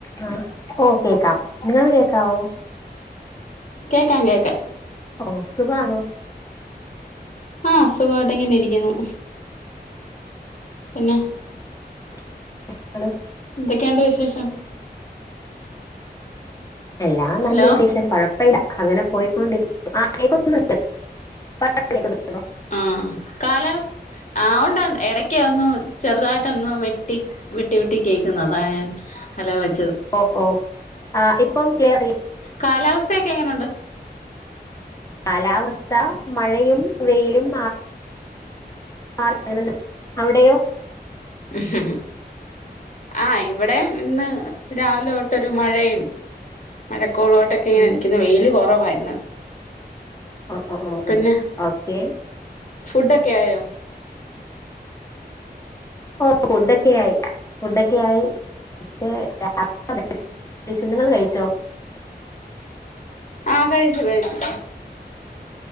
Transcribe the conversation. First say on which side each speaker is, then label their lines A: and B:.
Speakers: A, on the left; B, on the left.
A: ആ ഓ കേക്കാം നിങ്ങക്ക് കേക്കാവോ
B: കേക്കാം കേക്കാം
A: ഓ സുഖാണോ
B: ആ സുഖവായിട്ടിങ്ങനെ ഇരിക്കുന്നു പിന്നെ
A: <unintelligible>
B: ന്തൊക്കെയൊണ്ട് വിശേഷം
A: എല്ലാം നല്ലവിശേശം
B: ഹലോ
A: കൊഴപ്പവില്ല അങ്ങനെ പോയിക്കൊണ്ടിരി ആ കേക്കുന്നുണ്ട് <unintelligible>
B: ആഹ് കാല ആഹ് ഒണ്ട് ഇടക്ക് ഒന്നു ചെറുതായിട്ടൊന്ന് വെട്ടി വെട്ടി വെട്ടി കേക്കുന്നു അതാ ഞാൻ ഹലോ വെ
A: ഓ ഓ ആ ഇപ്പം ക്ലിയറ് <unintelligible>
B: കാലാവസ്ഥയൊക്കെ എങ്ങനെണ്ട്?
A: കാലാവസ്ഥ മഴയും വെയിലും <unintelligible> അവിടെയോ
B: ഹ്ഹഹ്ഹ ആഹ് ഇവിടെ ഇന്ന് രാവിലെ തൊട്ടൊരു മഴയും മഴ കൊളുവായിട്ടൊക്കെ ഇങ്ങനെ
A: ഉം
B: നിക്ക്ന്ന് വെയില് കൊറവാ ഇന്ന്
A: ആ ഓ ഓ
B: പിന്നെ
A: ഓക്കെ
B: ഫുഡ് ക്കെ ആയോ
A: ഓ ഫുഡൊക്കെ ആയി ഫുഡൊക്കെ ആയി <unintelligible> നിങ്ങള് കഴിച്ചോ
B: ആഹ് കഴിച്ചു കഴിച്ചു